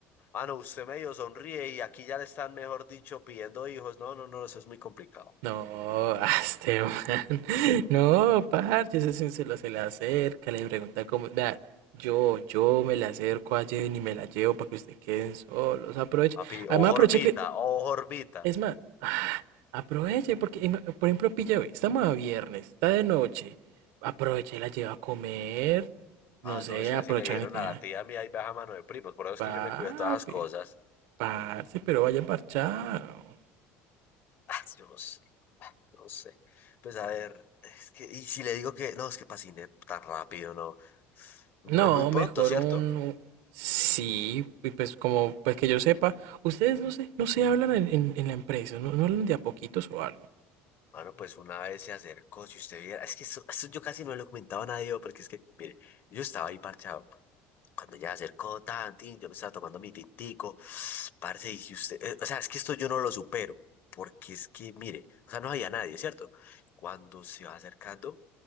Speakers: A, on the left (about 40°); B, on the right (about 80°).
A: mano, usted medio sonríe y aquí ya le están, mejor dicho, pidiendo hijos, no, no, no, eso es muy complicado,
B: No, este man. <laughs> No, parche, ese sí se lo se le acerca, le pregunta cómo. Vea, yo, yo me le acerco a Jen y me la llevo para que ustedes queden solos. Aproveche.
A: papi,
B: Además,
A: ojo
B: aproveche
A: orbita,
B: que.
A: ojo orbita,
B: Es más, ah, aproveche, porque, ima- por ejemplo, pilla, hoy, estamos a viernes, está de noche. Aproveche y la lleva a comer. No
A: ah,
B: sé,
A: no, es que
B: aprovechan
A: así le dijeron
B: y tiene.
A: a la tía mía y baja mano de primos, por eso es
B: Papi,
A: que yo me cuido de todas las cosas.
B: parce, pero vaya parchado.
A: Ah, yo no sé, ah, no sé. Pues a ver, es que, y si le digo que, no, es que pasine tan rápido, no.
B: No,
A: Es muy pronto,
B: mejor
A: ¿cierto?
B: un... Sí, y pues como pues que yo sepa, ustedes no se, no se hablan en, en- en la empresa, no, no hablan de a poquitos o algo.
A: Bueno, pues una vez se acercó, si usted viera, es que eso, eso yo casi no le comentaba a nadie, porque es que, mire, yo estaba ahí parchado. Cuando ya se acercó, tan, tin, yo me estaba tomando mi tintico, parce, y si usted, eh, o sea, es que esto yo no lo supero, porque es que, mire, o sea, no había nadie, ¿cierto? Cuando se va acercando